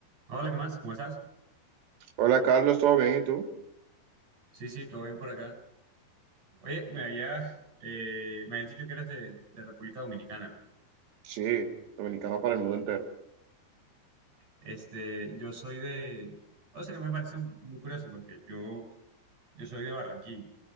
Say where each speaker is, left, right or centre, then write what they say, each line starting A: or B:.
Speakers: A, on the right; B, on the right.
A: Hola, ¿qué más? ¿Cómo estás?
B: Hola Carlos, ¿todo bien? ¿Y tú?
A: Sí, sí, todo bien por acá. Oye, me había, eh, me habías dicho que eres de, de República Dominicana, ¿no?
B: Sí, dominicano para el mundo entero.
A: Este, yo soy de, o sea, que me parece muy muy curioso porque yo, yo soy de Barranquilla,